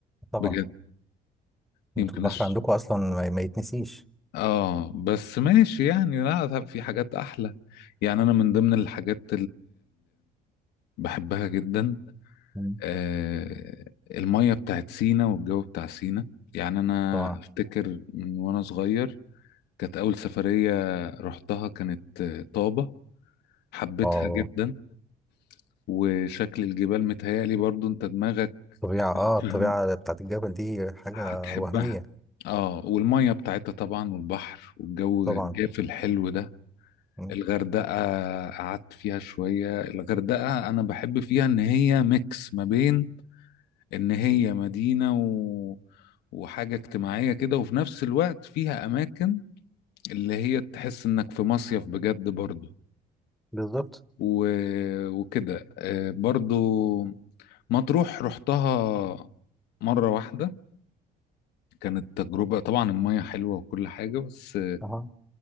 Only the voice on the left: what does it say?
بجد يمكن
أش...
آه بس ماشي يعني لا طب في حاجات أحلى يعني انا من ضمن الحاجات بحبها جدا
آه، المية بتاعت سينا والجو بتاع سينا يعني أنا
أفتكر من وأنا صغير كانت أول سفرية رحتها كانت آه، طابة حبيتها
جدا وشكل الجبال متهيألي برضو أنت دماغك
يعني
فاهم
هتحبها
اه والمية بتاعتها طبعا والبحر والجو
الجاف الحلو ده
الغردقة قعدت فيها شوية الغردقة أنا بحب فيها إن هي ميكس ما بين ان هي مدينة و... وحاجة اجتماعية كده وفي نفس الوقت فيها اماكن اللي هي تحس انك في مصيف بجد برضو
و... وكده آه، برضو مطروح رحتها مرة واحدة كانت تجربة طبعا المية حلوة وكل حاجة بس